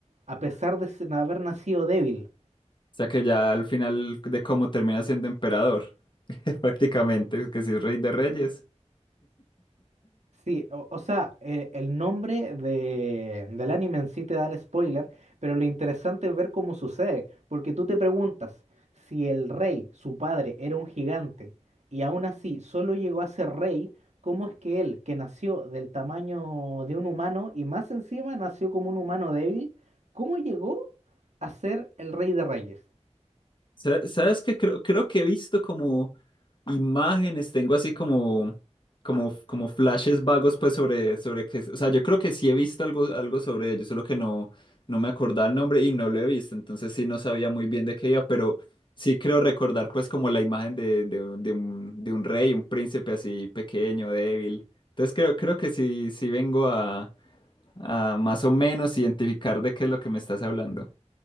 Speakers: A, on the right; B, on the left.
A: a pesar de s- haber nacido débil.
B: sea que ya al final de cómo termina siendo emperador, <laughs> prácticamente, que si es rey de reyes.
A: Sí, o, o sea, eh, el nombre de, del anime en sí te da el spoiler, pero lo interesante es ver cómo sucede, porque tú te preguntas si el rey, su padre, era un gigante y aún así solo llegó a ser rey, ¿cómo es que él, que nació del tamaño de un humano y más encima nació como un humano débil, cómo llegó a ser el rey de reyes?
B: Sa- ¿Sabes qué? Creo, creo que he visto como imágenes, tengo así como, como, como flashes vagos pues sobre, sobre que, o sea, yo creo que sí he visto algo, algo sobre ello, solo que no, no me acordaba el nombre y no lo he visto, entonces sí no sabía muy bien de qué iba, pero sí creo recordar pues como la imagen de, de, un, de un de un rey, un príncipe así pequeño, débil. Entonces creo, creo que sí, sí vengo a, a más o menos identificar de qué es lo que me estás hablando.